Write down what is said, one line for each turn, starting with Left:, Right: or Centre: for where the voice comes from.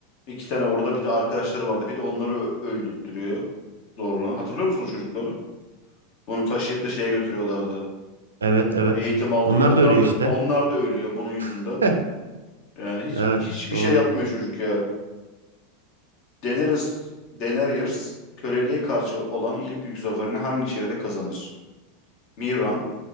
Left: İki tane orada bir de arkadaşları vardı. Bir de onları ö- öldürttürüyor zorla. Hatırlıyor musun o çocukları? Bunu taşıyıp da şeye götürüyorlardı.
Right: Evet, evet.
Left: Eğitim aldı
Right: Onlar
Left: ya. Onlar
Right: da öyle
Left: da
Right: işte.
Left: onlar da ölüyor bunun yüzünden.
Right: <laughs>
Left: Yani hiç
Right: Evet,
Left: hiçbir
Right: doğru.
Left: şey yapmıyor çocuk ya. Daenerys, Daenerys köleliğe karşı olan ilk büyük zaferini hangi şehirde kazanır? Miran,